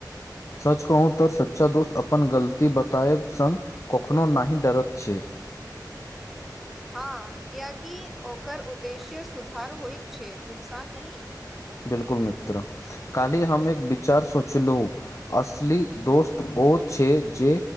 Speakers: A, on the left; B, in the centre.
A: सच कहूँ तऽर सच्चा दोस्त अपन गलती बतायब सं कखनो नाहि डरत छै।
B: हँ कियाकि ओकर उद्देश्य सुधार होइत छै नुकसान नहि।
A: बिल्कुल मित्र, काल्हि हम एक विचार सोचलहुँ असली दोस्त ओ छै जे